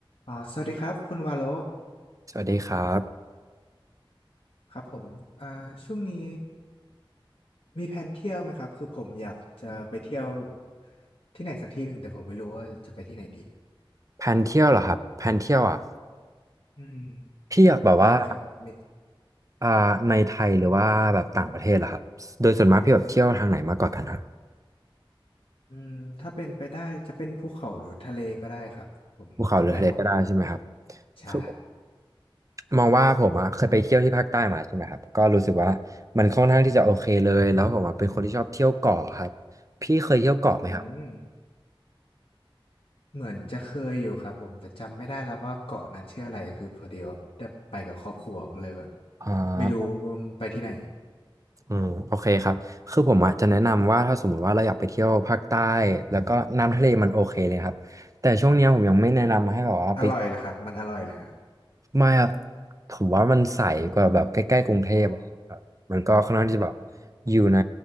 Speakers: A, on the left (about 85°); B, on the right (about 35°).
A: อ๋อสวัสดีครับคุณวาโล
B: สวัสดีครับ
A: ครับผมอ่าช่วงนี้มีแผนเที่ยวไหมครับคือผมอยากจะไปเที่ยวที่ไหนสักที่หนึ่งแต่ผมไม่รู้ว่าจะไปที่ไหนดี
B: แผนเที่ยวเหรอครับแผนเที่ยวอ่ะ
A: อืม
B: พี่อยากแบบว่า
A: มีไหมครับมี
B: อ่าในไทยหรือว่าแบบต่างประเทศเหรอครับโดยส่วนมากพี่แบบเที่ยวทางไหนมากกว่ากันครับ
A: อืมถ้าเป็นไปได้จะเป็นภูเขาหรือทะเลก็ได้ครับผมได้หมด
B: ภูเขาหรือทะเลก็ได้ใช่ไหมครับ
A: ใช่
B: คือมองว่าผมอ่ะเคยไปเที่ยวที่ภาคใต้มาใช่ไหมครับก็รู้สึกว่ามันค่อนข้างที่จะโอเคเลยแล้วผมอ่ะเป็นคนที่ชอบเที่ยวเกาะครับพี่เคยเที่ยวเกาะไหมครับ
A: อืมเหมือนจะเคยอยู่ครับผมแต่จำไม่ได้แล้วว่าเกาะนั้นชื่ออะไรคือพอดีว่าได้ไปกับครอบครัวก็เลยแบบ
B: อ่า
A: ไม่รู้ว่ามันไปที่ไหน
B: อืมโอเคครับคือผมอ่ะจะแนะนำว่าถ้าสมมุติว่าเราอยากไปเที่ยวภาคใต้แล้วก็น้ำทะเลมันโอเคเลยครับแต่ช่วงเนี้ยผมยังไม่แนะนำให้แบบว่าไป
A: อร่อยเหรอครับมันอร่อยเหรอฮะ
B: ไม่ครับผมว่ามันใสกว่าแบบใกล้ๆกรุงเทพอะไรครับมันก็ค่อนข้างที่จะแบบ
A: อ๋ออืม
B: อยู่ใน